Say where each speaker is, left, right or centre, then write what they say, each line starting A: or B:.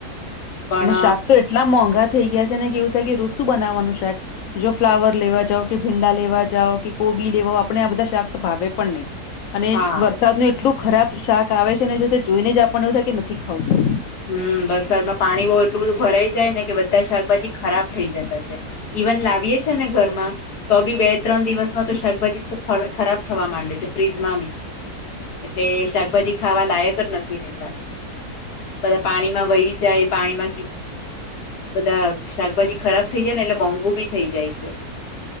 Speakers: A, on the left; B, on the left.
A: પણ
B: અને શાક તો એટલા મોંઘા થઇ ગયા છે કેવું થાય કે રોજું બનાવવાનું શાક જો ફ્લાવર લેવા જાવ કે ભીંડા લેવા જાવ કે કોબી લેવાઓ આપણે આ બધા શાક તો ભાવે પણ નહી અને
A: હા
B: વરસાદ ન એટલું ખરાબ શાક આવે છે ને તો જોઈને જ આપણને એવું થાય કે નથી ખાવું.
A: હમ વરસાદમાં પાણી બહ એટલું બધું ભરાઈ જાય ને કે બધા શાકભાજી ખરાબ થઈ જતા છે. ઇવન લાવીએે છે ને ઘરમાં તો બી બે ત્રણ દિવસમાં તો શાકભાજી ખરાબ થવા માંડે છે. બિજમાંી એટલે શાકભાજી ખાવા લાયક જ નથી રતા. બધા પાણીમાં વહી જાય પાણીમાં બધા શાકભાજી ખરાબ થઇ જાય ને એટલે મોંઘુ બી થઇ જાય છે